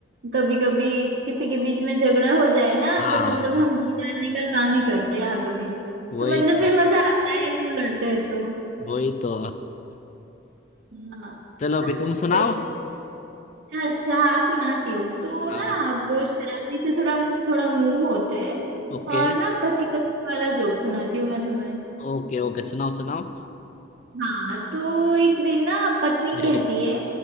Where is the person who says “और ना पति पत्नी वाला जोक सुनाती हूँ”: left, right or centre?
Right